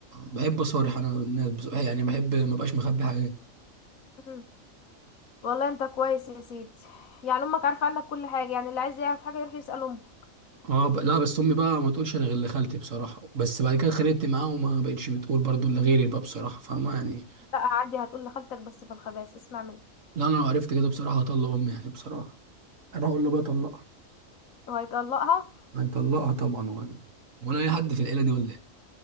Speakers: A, on the right; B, on the left.
A: بحب اصارح انا الناس بص... يعني بحب ما بقاش مخبي حاجات
B: مم. والله انت كويس يا سيدي يعني امك عارفه عنك كل حاجه يعني اللي عايز يعرف حاجه يروح يسال امك
A: اه ب... لا بس امي بقى ما تقولش الا غير لخالتي بصراحه بس بعد كده خليت معاها وما بقتش بتقول برضو الا غيري بقى بصراحه فاهمه يعني
B: لا عادي هتقول لخالتك بس في الخباز اسمع مني
A: لا انا لو عرفت كده بصراحه هطلق امي يعني بصراحه انا اقول له بقى طلقها
B: وهيطلقها
A: هنطلقها طبعا وانا وانا اي حد في العيله دي ولا ايه